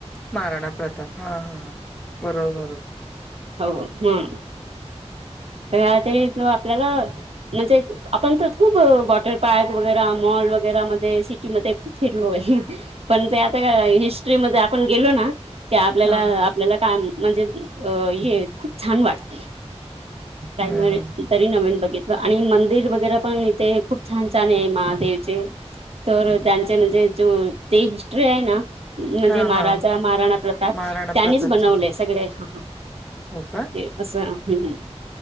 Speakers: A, in the centre; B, on the right.
A: महाराणा प्रताप हा हा बरोबर बरोबर!
B: हो हम्, <unintelligible> आपल्याला म्हणजे आपण तर खूप वॉटर पार्क वगैर मॉल वगैरे मध्ये सी म खूप फिरलो आहे पण त्यात त्या हिस्ट्रीमध्ये आपण गेलो ना ते आपल्याला
A: हां, हां.
B: आपल्याला काम म्हणजे अ ये खूप छान वाटतेय, <unintelligible>
A: हं, हं.
B: तरी नवीन बघितलं आणि मंदिर वगैरे पण इथे खूप छान छान आहे महादेवचे. तर त्यांचे म्हणजे जो ते हिस्ट्री आहे ना. म्हणजे
A: हां,
B: महाराजा
A: हां.
B: महाराणा प्रताप
A: महाराणा
B: त्यांनीच
A: प्रतापचे.
B: बनवले सगळे हा.
A: हो का?
B: ते असं हम हम.